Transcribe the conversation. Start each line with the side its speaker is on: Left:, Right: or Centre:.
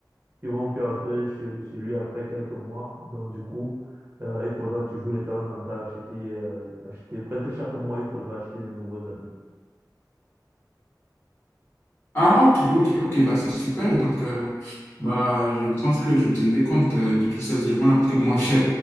Right: qui vont plus entrer chez, chez lui après quelques mois. Donc, du coup, euh, il faudra toujours de temps en temps acheter, euh, acheter. Presque chaque mois, il faudra acheter de nouveaux habits.
Left: Ah, ok, ok, ok, bah, c'est super. Donc, euh, bah, je pense que je tiendrai compte euh, de tous ces éléments-là parce que moi, je